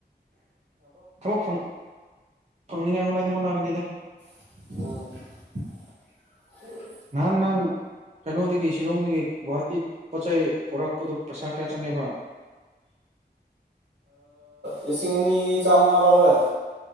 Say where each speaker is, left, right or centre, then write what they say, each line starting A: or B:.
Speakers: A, on the right; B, on the right.
A: ꯊꯕꯛ ꯐꯪ ꯐꯪꯅꯤꯡꯉꯥꯏ ꯍꯣꯠꯅꯗꯤ ꯍꯣꯠꯅꯒꯅꯤꯗ
B: ꯑ
A: ꯅꯪ ꯅꯪ ꯀꯩꯅꯣꯗꯒꯤ ꯁꯤꯂꯣꯡꯗꯒꯤ ꯒꯨꯍꯥꯇꯤ ꯄꯣꯠꯆ ꯆꯩ ꯄꯨꯣꯔꯛꯄꯗꯨ ꯄꯩꯁꯥ ꯀꯌꯥ ꯆꯪꯉꯦꯕ
B: ꯂꯤꯁꯤꯡ ꯑꯅꯤ ꯆꯥꯝꯃꯉꯥ ꯂꯧꯋꯦ